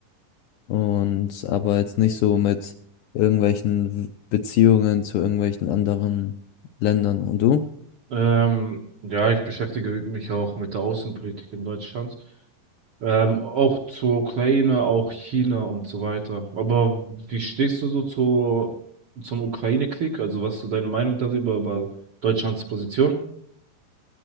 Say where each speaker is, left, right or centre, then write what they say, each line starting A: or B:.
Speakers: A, on the left (about 80°); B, on the right (about 55°).
A: und aber jetzt nicht so mit irgendwelchen W- Beziehungen zu irgendwelchen anderen Ländern. Und du?
B: Ähm, ja, ich beschäftige mich auch mit der Außenpolitik in Deutschland. Ähm, auch zur Ukraine, auch China und so weiter. Aber wie stehst du so zu, zum Ukraine-Krieg? Also was ist so deine Meinung darüber, über Deutschlands Position?